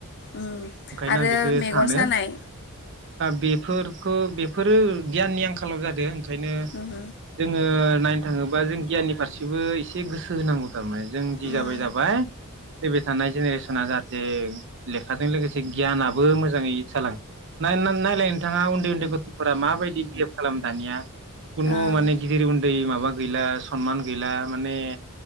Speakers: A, on the left; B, on the right.
A: उम
B: ओंखायनो
A: आरो
B: आं बेखौ
A: मेगन
B: सानो
A: सानाय
B: बेफोरखौ बेफोरो गियाननि आंखालाव जादोंं। ओंखायनो
A: उम
B: जोंङो नायनो थांङोबा जों गियाननि फारसेबो एसे गोसो होनांगौ थारमाने जों जि
A: उम
B: जाबाय जाबाय फैबाय थानाय जेनेरेसन सना जाहाथे लेखाजों लोगोसे गियानाबो मोजाङै जाला नायलाय नोंथाङा उन्दै उन्दै गथफोरा माबायदि बिहेभ खालामो दानिया। खुनु
A: ओं
B: माने गिदिर उन्दै माबा गैला सनमान गैला माने